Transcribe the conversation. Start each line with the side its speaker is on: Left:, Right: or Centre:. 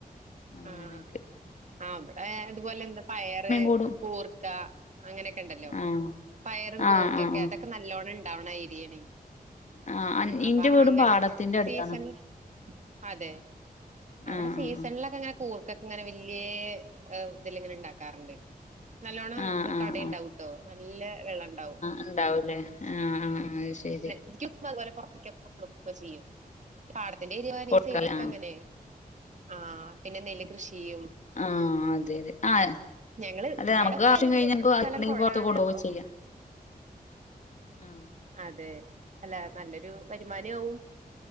Left: അങ്ങനെക്കെ
Right: ആഹ് ആഹ് ഇവടെ ഇതുപോലെ എന്താ പയറ്,
Left: കൂടും
Right: കൂർക്ക അങ്ങനെയൊക്കെണ്ടല്ലോ
Left: ആഹ്
Right: പയറും കൂർക്കൊക്കെ
Left: ആഹ് ആഹ് ആഹ്
Right: അതൊക്കെ നല്ലോണണ്ടാവണ ഏരിയാണ്
Left: ആഹ്
Right: അപ്പൊ
Left: ഇന്റെ വീടും
Right: അങ്ങനെ
Left: പാടത്തിന്റെ
Right: സീസൺല്
Left: അടുത്താണ്
Right: അതെ അവിടെ
Left: ആഹ്
Right: സീസൺലൊ കൂർക്കൊക്കെ ഇങ്ങനെ വല്യേ ഏഹ് ഇതില്ങ്ങനെ ഇണ്ടാക്കാറ്ണ്ട്. നല്ലോണ്ണം
Left: ആഹ് ആഹ്
Right: കടയിണ്ടാവൂട്ടോ നല്ല വെള്ളംണ്ടാവും
Left: ഇണ്ടാവു ലേ ആഹ് ആഹ് ആഹ് ശരി
Right: നെ <unintelligible> അതുപോലെ പുറത്ത്യ്ക്കൊക്കെ കൊടുക്കൊക്കെ ചെയ്യും. പാടത്തിന്റെ ചെരിവായേനെ
Left: കൊടുക്കല
Right: ഈ സൈഡൊക്കെ
Left: ആഹ്
Right: അങ്ങനെ. ആഹ് പിന്നെ നെല്ല് കൃഷി ചെയ്യും
Left: ആഹ് അതെ അതെ. ആഹ്
Right: ഞങ്ങള്
Left: അല്ലെ
Right: ഇവിടെ
Left: നമുക്ക്
Right: സ്ഥലണ്ട്
Left: ആവശ്യം കഴിഞ്ഞാ
Right: ഇവിടെ
Left: നമുക്ക് വാക്കിണ്ടെങ്കി
Right: സ്ഥലം കൊഴാണ്
Left: പുറത്ത് കൊടുക്കെ
Right: അപ്പൊ
Left: ചെയ്യാ. ആഹ്
Right: അതെ. അല്ല നല്ലൊരു വരുമാനവു ആവും